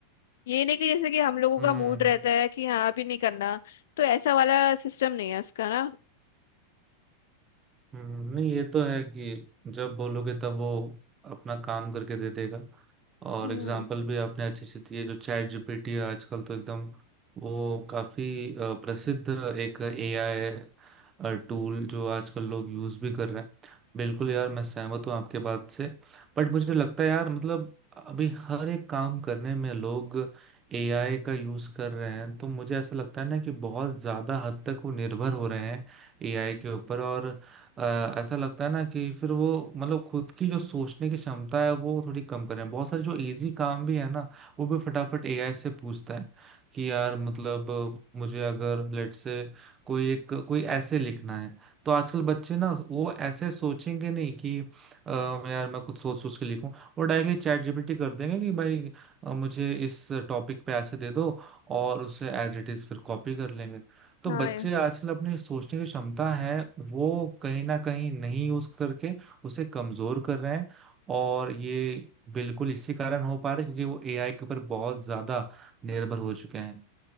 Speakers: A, on the left; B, on the right.
A: ये नहीं कि जैसे कि हम लोगों
B: हम्म
A: का मूड रहता है कि हाँ अभी नहीं करना तो ऐसा वाला सिस्टम नहीं है उसका ना
B: हम्म, नहीं ये तो है कि जब बोलोगे तब वो अपना काम करके दे देगा और
A: हम्म
B: एग्जाम्पल भी आपने अच्छे से दिए जो चैट जीपीटी आजकल तो एकदम वो काफी अ, प्रसिद्ध एक एआई टूल जो आजकल लोग यूज भी कर रहे हैं बिल्कुल यार मैं सहमत हूँ आपके बात से बट मुझे लगता है यार मतलब अभी हर एक काम करने में लोग एआई का यूज कर रहे हैं तो मुझे ऐसा लगता है ना कि बहुत ज्यादा हद तक वो निर्भर हो रहे हैं एआई के ऊपर और अ, ऐसा लगता है ना कि फिर वो मतलब खुद की जो सोचने की क्षमता है वो थोड़ी कम करें बहुत सारे जो इजी काम भी है ना वो भी फटाफट एआई से पूछता है कि यार मतलब अ, मुझे अगर लेट से कोई एक कोई ऐसे लिखना है तो आजकल बच्चे ना वो ऐसे सोचेंगे नहीं कि अ, यार मैं कुछ सोच सोच के लिखूं वो डायरेक्टली चैट जीपीटी कर देंगे कि भाई अ, मुझे इस टॉपिक पे ऐसे दे दो और उसे एज इट इज फिर कॉपी कर लेंगे तो
A: हाँ
B: बच्चे
A: ये-
B: आजकल अपनी सोचने की क्षमता है वो कहीं ना कहीं नहीं यूज करके उसे कमजोर कर रहे हैं और ये बिल्कुल इसी कारण हो पा रहा है क्योंकि वो एआई के ऊपर बहुत ज्यादा निर्भर हो चुके हैं